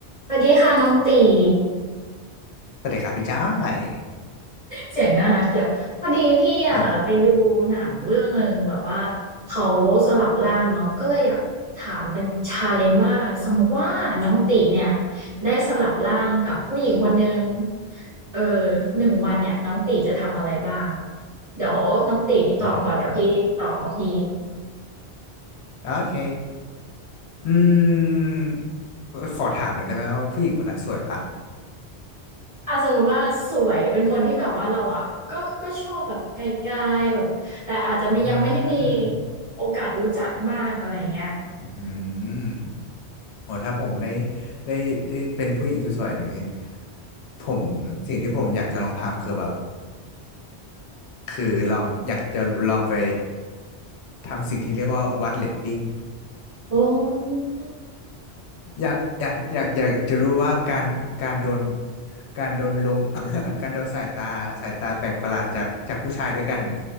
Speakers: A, on the right; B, on the left.
A: สวัสดีค่ะน้องตี <laughs>
B: สวัสดีครับพี่จ้อย
A: เสียงน่ารักเชียวพอดีพี่อ่ะไปดูหนังเรื่องหนึ่งแบบว่า
B: อ
A: เขาสลับร่างเนาะก็เลยอยากถามเป็นชาเลนจ์ว่าสมมติว่าน้องตีเนี่ยได้สลับร่างกับผู้หญิงคนหนึ่งเออหนึ่งวันเนี่ยน้องตีจะทำอะไรบ้างเดี๋ยวน้องตีตอบก่อนเดี๋ยวพี่ตอบของพี่
B: อืมโอเคอืมขอถามหน่อยได้ไหมว่าผู้หญิงคนนั้นสวยปะ
A: อ่ะสมมติว่าสวยเป็นคนที่แบบว่าเราอะก็ก็ชอบแบบไกลๆแบบแต่อาจจะไม่ยังไม่ได้มี
B: อืม
A: โอกาสรู้จักมากอะไรเงี้ย
B: อืมโหถ้าผมได้ได้ได้เป็นผู้หญิงสวยๆอย่างนี้ผมสิ่งที่ผมอยากจะลองทำคือแบบคือลองอยากจะลองไปทำสิ่งที่เรียกว่าวัดเรตติ้ง
A: โออ
B: อยากอยากอยากอยากจะรู้ว่าการการโดนการโดนลม <laughs> การโดนสายตาสายตาแปลกประหลาดจากจากผู้ชายด้วยกันเนี่ย